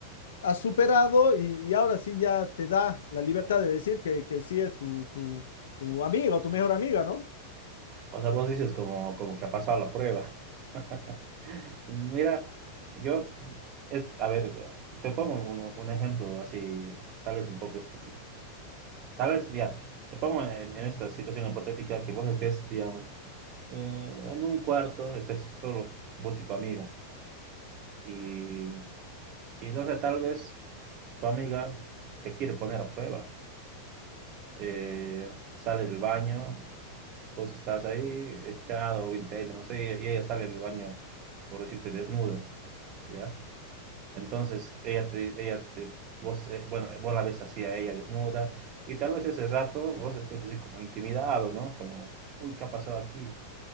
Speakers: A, on the left; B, on the right.
A: has superado y, y ahora sí ya te da la libertad de decir que, que sí es tu, tu, tu amiga o tu mejor amiga, ¿no?
B: O sea, vos dices como, como que ha pasado la prueba. <laughs> Mira, yo, es, a ver, te pongo un, un ejemplo así, tal vez un poco estúpido. Tal vez, ya, te pongo en, en esta situación hipotética que vos estés, digamos, eh, en un cuarto, estés solo, vos y tu amiga, y, y no sé, tal vez tu amiga te quiere poner a prueba. Eh, sale del baño, vos estás ahí echado o en tele, no sé, y ella sale del baño, por decirte, desnuda, ¿ya? Entonces, ella te, ella te, vos, eh, bueno, vos la ves así a ella desnuda, y tal vez ese rato vos estés así como intimidado, ¿no? Como, uy, ¿qué ha pasado aquí?